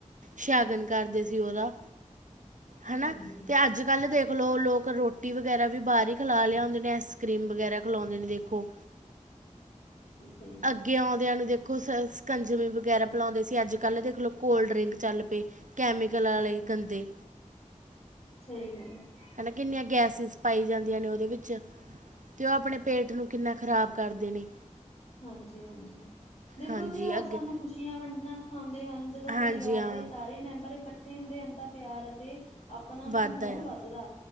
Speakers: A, on the right (about 80°); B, on the left (about 60°).
A: ਸ਼ਗਨ ਕਰਦੇ ਸੀ। ਉਹਦਾ
B: ਹਾਂਜੀ-ਹਾਂਜੀ-ਹਾਂਜੀ
A: ਹੈਨਾ ਤੇ ਅੱਜ ਕੱਲ੍ਹ ਦੇਖ ਲਓ ਲੋਕ ਰੋਟੀ ਰੋਟੀ ਵਗੈਰਾ ਵੀ ਬਾਹਰ ਹੀ ਖਿਲਾ ਲਿਆਉੁੰਦੇ ਨੇ। ਆਈਸਕ੍ਰੀਮ ਵਗੈਰਾ ਖਲਾਉਂਦੇ ਨੇ, ਦੇਖੋ।
B: ਸਈ ਗੱਲ ਐ।
A: ਅੱਗੇ ਆਉਂਦਿਆਂ ਨੂੰ ਦੇ ਦੇਖੋ ਸਕੰਜਵੀ ਵਗੈਰਾ ਪਿਲਾਉਂਦੇ ਸੀ। ਅੱਜ-ਕੱਲ੍ਹ ਦੇਖਲੋ ਕੋਲਡ ਡਰਿੰਕ ਚੱਲ ਪਈ। ਕੈਮੀਕਲ ਵਾਲੇ ਗੰਦੇ।
B: ਸਹੀ ਗੱਲ ਹੈ।
A: ਹਨਾ, ਕਿੰਨੀਆਂ ਗੈਸਿਸ ਪਾਈ ਜਾਂਦੀਆਂ ਨੇ, ਉਹਦੇ ਵਿੱਚ ਅਤੇ ਉਹ ਆਪਣੇ ਪੇਟ ਨੂੰ ਕਿੰਨਾ ਖ਼ਰਾਬ ਕਰਦੇ ਨੇ।
B: ਹਾਂਜੀ-ਹਾਂਜੀ। ਦੇਖੋ,
A: ਹਾਂਜੀ
B: ਤਿਉਹਾਰ
A: ਅੱਗੇ
B: ਸਾਨੂੰ ਖੁਸ਼ੀਆਂ ਵੰਡਣਾ ਸਿਖਾਉਂਦੇ ਹਨ। ਜਦੋਂ
A: ਹਾਂਜੀ
B: ਪਰਿਵਾਰ
A: ਹਾਂ
B: ਦੇ ਸਾਰੇ ਮੈਂਬਰ ਇਕੱਠੇ ਹੁੰਦੇ। ਅੰਤਾ ਪਿਆਰ ਅਤੇ ਆਪਣਾ
A: ਵੱਧਦਾ
B: ਪਨ ਹੋਰ ਵੱਧਦਾ
A: ਆ